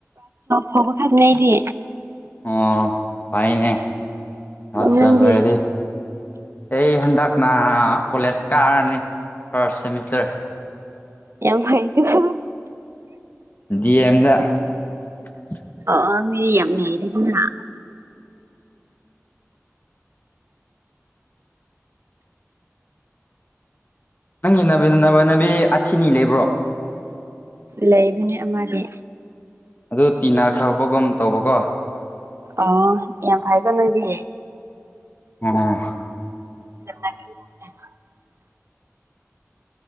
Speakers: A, on the right; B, on the left.
A: ꯐꯕ ꯈꯥꯇꯥꯅꯦ ꯑꯩꯗꯤ
B: ꯑꯣ ꯐꯩꯅꯦ ꯀ꯭ꯂꯥꯁ
A: ꯅꯪꯗꯤ
B: ꯇꯨꯋꯦꯞ ꯂꯣꯏꯔꯗꯤ ꯑꯩ ꯍꯟꯗꯛꯅ ꯀꯣꯂꯦꯖ ꯀꯥꯔꯅꯤ ꯐꯥꯔꯁ ꯁꯦꯃꯤꯁꯇꯔ
A: ꯌꯥꯝ ꯐꯩ <unintelligible>
B: ꯗꯤ <inaudible>
A: ꯑ ꯃꯤꯌꯥꯝ ꯌꯥꯝꯂꯩꯔꯤꯗꯅ
B: ꯅꯪꯒꯤ ꯅꯕꯤꯟ ꯅꯃꯥꯟꯅꯕꯤ ꯑꯊꯤꯅꯤ ꯂꯩꯕ꯭ꯔꯣ
A: ꯂꯩꯕꯅꯦ ꯑꯃꯗꯤ
B: ꯑꯗꯨ ꯇꯤꯅꯥ ꯈꯥꯕꯒꯨꯝ ꯇꯧꯕꯀꯣ
A: ꯑ ꯌꯥꯝ ꯐꯥꯀꯣ ꯅꯣꯏꯗꯤ
B: ꯑ
A: <unintelligible>